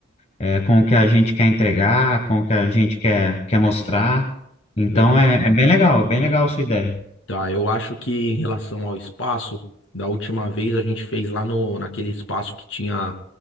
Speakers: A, on the left; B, on the left.
A: é, com o que a gente quer entregar, com o que a gente quer, quer mostrar.
B: Uhum.
A: Então
B: Legal.
A: é, é bem legal, bem legal a sua ideia.
B: Tá, eu acho que em relação ao espaço, da última vez a gente fez lá no, naquele espaço que tinha